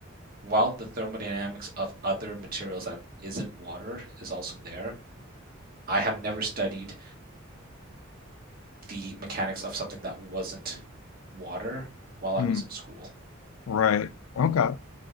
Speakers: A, on the right; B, on the left.
A: while the thermodynamics of other materials that isn't water is also there i have never studied the mechanics of something that wasn't water while i
B: Hmm.
A: was in school
B: Right. Okay.